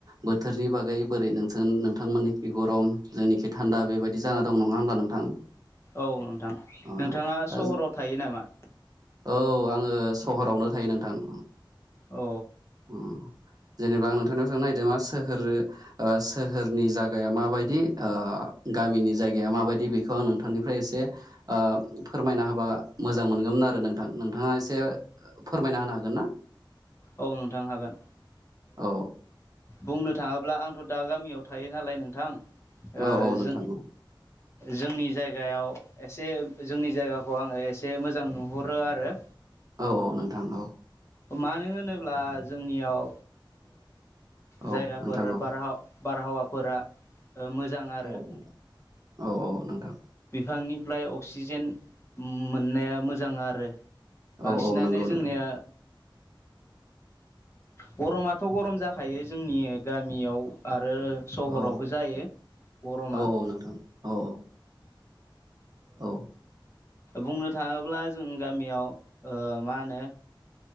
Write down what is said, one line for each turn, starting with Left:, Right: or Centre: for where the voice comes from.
Right: बोथोरनि बागै बोरै नों। नोंथांमोननिखि गरम जोंनिखि थान्दा बेबायदि जाना दं नङा होमबा नोंथां।
Left: औ नोंथां
Right: अ
Left: नोंथाङा
Right: दा
Left: सहराव थायो नामा?
Right: औ आङो सहरावनो थायो नोंथां।
Left: औ।
Right: उम जेनेबा आं नोंथांनियाव सोंनो नायदों मा सोहोर सोहोरनि जागाया माबायदि। गामिनि जायगाया माबायदि बेखौ आं नोंथांनिफ्राय एसे फोरमायना होबा मोजां मोनगोन आरो। नोंथां नोंथाङा एसे फोरमायना होनो हागोन ना?
Left: औ नोंथां हागोन
Right: औ
Left: बुंनो थाङाब्ला आंथ' दा गामियाव थायो नालाय नोंथां। ओ
Right: औ औ नोंथां
Left: जों
Right: औ।
Left: जोंनि जायगायाव एसे जोंनि जायगाखौ आङो एसे मोजां नुहरो आरो।
Right: औ औ नोंथां औ।
Left: मानो होनोब्ला जोंनियाव जायगाफोर
Right: औ नोंथां
Left: बारहा बारहावाफोरा मोजां आरो
Right: औ नोंथां औ नोंथां
Left: बिफांनि स्लइ अक्सिजेन मोननाया मोजां आरो बांसिनानो
Right: औ औ नंगौ
Left: जोंनिया
Right: नोंथां
Left: गरमाथ' गरम जाखायो जोंनि गामियाव आरो। आरो सहरावबो
Right: औ
Left: जायो गरमा।
Right: औ नोंथां औ औ। औ
Left: बुंनो थाङोब्ला जों गामियाव मा होनो।